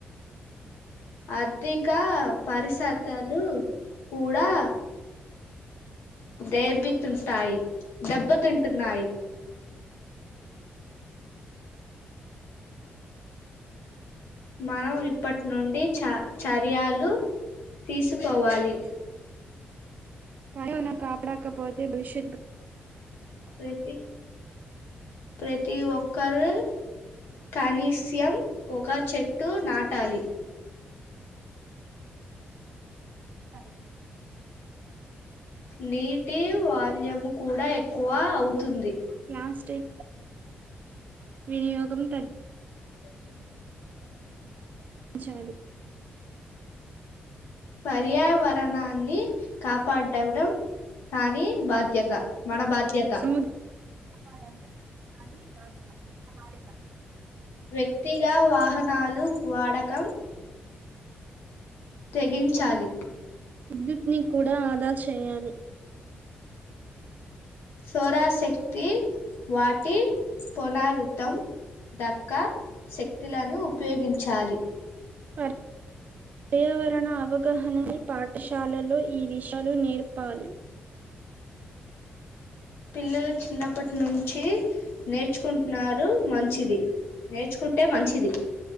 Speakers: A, on the left; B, on the right.
A: ఆర్థిక పరిసతలు కూడా దే బితుల్తాయి దెబ్బ తింటున్నాయి మనం ఇప్పట్నుండి చ చర్యలు తీసుకోవాలి
B: పై కపడకపోతే భూరిష్
A: ప్రతి ప్రతి ఒక్కరూ కనీస్యం ఒక చెట్టు నాటాలి
B: అ
A: నీటి వాల్యం కూడా ఎక్కువ అవుతుంది
B: ప్లాస్టిక్ వినియోగం తగ్
A: <inaudible>
B: మ్ చాలి
A: పర్యావరణాన్ని కాప్ పాడ్వడం కానీ బాధ్యత మన బాధ్యత
B: సముద్ర <inaudible> మా బాధ్యత
A: వ్యక్తిగా వాహనాలు వాడకం తెగించాలి
B: విద్యుత్ని కూడా ఆదా చేయాలి
A: సోరాశక్తి వాటి పోనారితం డ క్క శక్తిలను ఉపయోగించాలి
B: పర్ పర్యావరణ అవగాహన పాఠశాలలో ఈ విషలు నేర్పాలి
A: పిల్లలు చిన్నప్పటి నుంచి నేర్చుకుంటున్నారు మంచిది నేర్చుకుంటే మంచిది